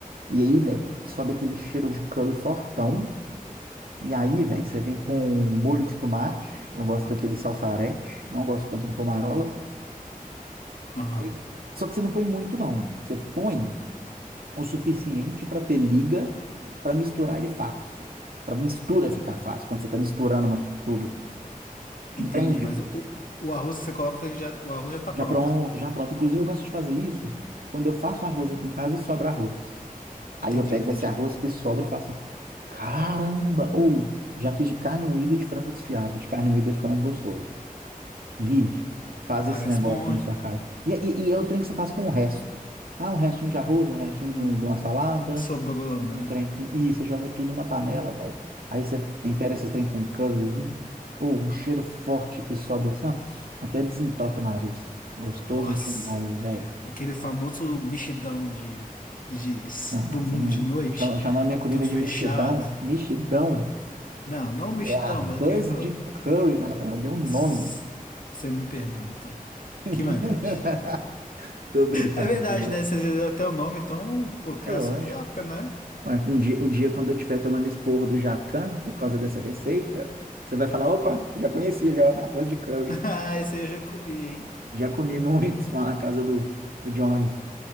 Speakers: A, on the right; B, on the left.
A: E aí, velho, sobe aquele cheiro de curry fortão. E aí, velho, você vem com um molho de tomate. Eu gosto daquele salsarete, não gosto tanto do pomarola.
B: Aham.
A: Aí- só que você não põe muito, não. Você põe o suficiente para ter liga para misturar ele fácil. Para mistura ficar fácil, quando você está misturando uma- tudo.
B: Entendi,
A: Entende?
B: mas o, o arroz que você coloca, ele já, o arroz já tá
A: Já
B: pronto.
A: pronto, já pronto. Inclusive, eu gosto de fazer isso quando eu faço arroz aqui em casa e sobra arroz. Aí
B: Entendi,
A: eu pego
B: entendi.
A: esse arroz que sobra e faço isso. Caramba! Ou já fiz de carne moída e de frango desfiado. De carne moída fica mais gostoso. Bicho, faz
B: Parece
A: esse negócio
B: bom,
A: na
B: hein?
A: sua casa. E, e, e é o trem que você faz com o resto. Ah, um restinho de arroz, um restinho
B: Hum,
A: de, um, de uma salada
B: hum. Sobrou, né?
A: Um trem aqui E você joga tudo na panela, velho. Aí você tempera esses trem com um curryzinho. Ou um cheiro forte que sobe assim, ó. Até desentope o nariz. Gostoso
B: Nossa.
A: demais, velho.
B: Aquele famoso mexidão de, de s-
A: Não, não,
B: domingo
A: você não...
B: de noite,
A: Chama, chamar minha comida
B: tudo
A: de
B: fechado.
A: mexidão. Mexidão
B: Não, não mexidão,
A: é arroz
B: mas aquele. fa-
A: de curry, Naila. Eu dei um nome.
B: s- Você me perdoa, então.
A: <laughs>
B: Que my bad. <laughs>
A: Tô brincando
B: É verdade,
A: de novo.
B: né? Você já deu até o nome, então, pô, criação
A: É lógico.
B: própria, né?
A: Mas Um dia, um dia, quando eu estiver tomando esse porro do Jacan, por causa dessa receita, você vai falar, opa, já conheci ele, ó, arroz de curry.
B: <laughs> Ah, esse aí eu já comi, hein?
A: Já comi muito <laughs> lá na casa do, do Johnny.